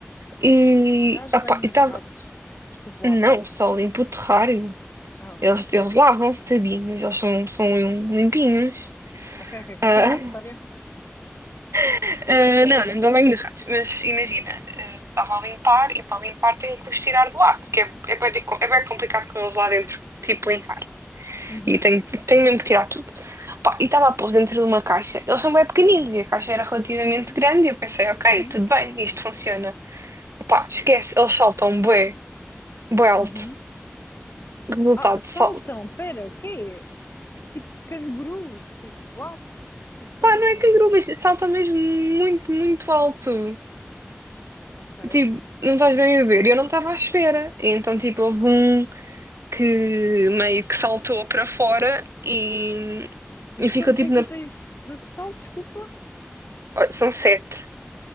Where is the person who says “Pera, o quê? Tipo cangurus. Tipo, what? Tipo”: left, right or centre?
Left